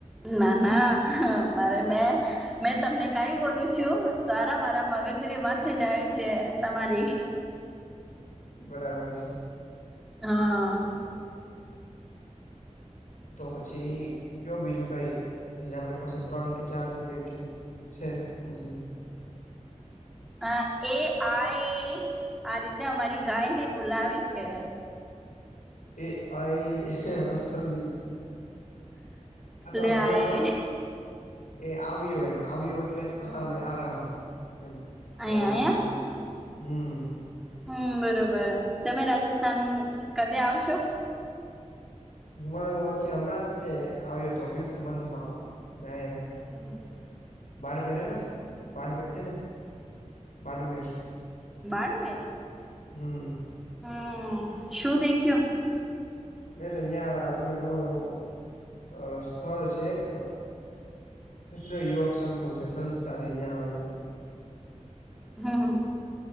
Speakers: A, in the centre; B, on the left.
A: ના ના મારે મેં મેં તમને કાઈ બોલું છું સારા મારા મગજરી માથે જાય છે તમારી
B: બરાબર છે
A: હા
B: તો પછી કયો બીજું કઈ પછી આપડ પાસે ત્રણ કે ચાર મિનિટ છે છે સમથિંગ
A: હ એ આઈ આ રીતે અમારી ગાય ને બોલાવે છે
B: એ આઈ સમજી ગીયો
A: લે આય
B: <unintelligible> એ આવ્યો એમ આવ્યો એટલે હા મે આ રા હુ <unintelligible>
A: અયા
B: હમ્મ
A: હમ્મ બરોબર તમે રાજસ્થાન કદી આવશો
B: <unintelligible>
A: હમ્મ -
B: <unintelligible> બાડમેર
A: બાડમેર
B: હમ્મ -
A: હમ્મ શું દેખીયો
B: <unintelligible> સ્થળ છે એક ક્ષત્રિય યુવક સંઘ નો સંસ્થા છે <unintelligible>
A: હમ્મ હમ્મ